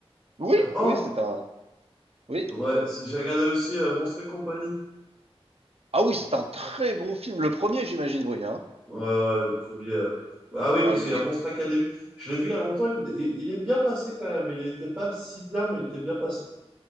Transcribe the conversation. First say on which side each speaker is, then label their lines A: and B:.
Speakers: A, on the right; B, on the right.
A: Oui,
B: Oh,
A: oui, c'est un. Oui.
B: ouais, c'est- j'ai regardé aussi euh, Monstres et compagnie.
A: Ah oui, c'est un très bon film. Le premier, j'imagine, oui, hein.
B: Ouais, ouais, le premier. euh, Ah oui,
A: Ah,
B: parce
A: il
B: qu'il y
A: est,
B: a Monstre Academy. Je l'ai vu il y a longtemps, il, il- il est bien passé quand même. Il n'était pas si bien, mais il était bien passé.